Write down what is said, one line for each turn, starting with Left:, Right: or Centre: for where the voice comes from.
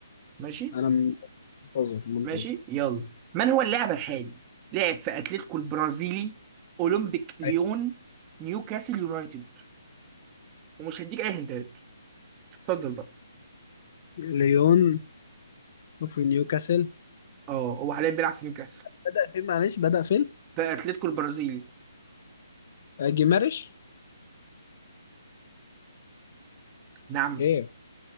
Right: ماشي
Left: انا م- منتظر منتظر
Right: ماشي يلا من هو اللاعب الحالي لعب في اتلتيكو البرازيلي اولمبيك ليون
Left: أيوة.
Right: نيوكاسل يونايتد ومش هديك اي هنتات اتفضل بقى
Left: ليون في نيوكاسل
Right: اه هو حاليا بيلعب في نيوكاسل
Left: بدأ فين معلش بدأ فين
Right: في اتلتيكو البرازيلي
Left: آه، جيمارش
Right: نعم
Left: ايه